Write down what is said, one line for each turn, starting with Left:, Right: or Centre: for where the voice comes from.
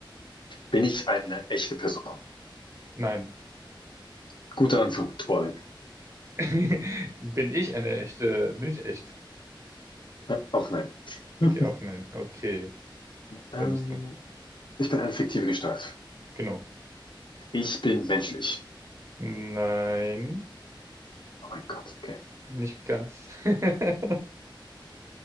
Left: bin ich eine echte Person?
Right: Nein.
Left: Guter Anfang, toll.
Right: <laughs> Bin ich eine echte? Bin ich echt?
Left: Äh, auch nein. <laughs> Hm.
Right: Okay, auf nein. Okay,
Left: Ähm,
Right: dann bist du.
Left: ich bin eine fiktive Gestalt.
Right: Genau.
Left: Ich bin menschlich.
Right: Nein,
Left: Oh mein Gott, okay.
Right: nicht ganz. <laughs>